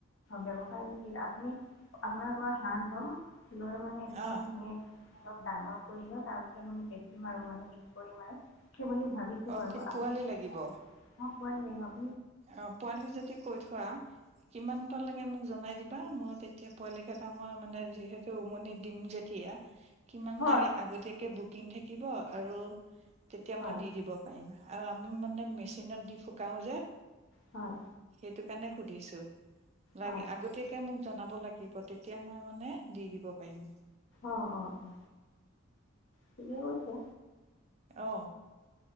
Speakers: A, on the left; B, on the right.
A: ব্যৱসায় আপুনি, আপোনাৰ পৰাৰত হাঁহ লম। লৈ মানে একদম
B: অ
A: ধুনীয়াক- অলপ ডাঙৰ কৰি ল তাৰপিছত মানে বেছিম আৰু মানে বিক কৰিম আৰু। বুলি ভাবিছো
B: অ
A: বাৰু,
B: কি পোৱালি
A: আপুনি তেতি
B: লাগিব
A: অহ পোৱা হক।
B: অ পোৱালি যদি কৈ থোৱা কিমানটা লেকে মোক জনাই দি। বা মই তেতিয়া পোৱালি কেইটা মই মানে যিহেতু উমনি দিম যেতিয়া, কিমান
A: হয়।
B: লাগে আগতীয়াকে বুকিং থাকিব আৰু তেতিয়া
A: হয়
B: মই দি দিব পাৰিম। আৰু আমি মানে মেচিনত দি ফুকাও যে,
A: হয়
B: সেইটো কাৰণে সুধিছো, লাগ
A: হয়
B: আগতীয়াকে মোক জনাব লাগিব তেতিয়া মই মানে দি দিব পাৰিম।
A: অ অ অ, ঠিকে কৈছে।
B: অ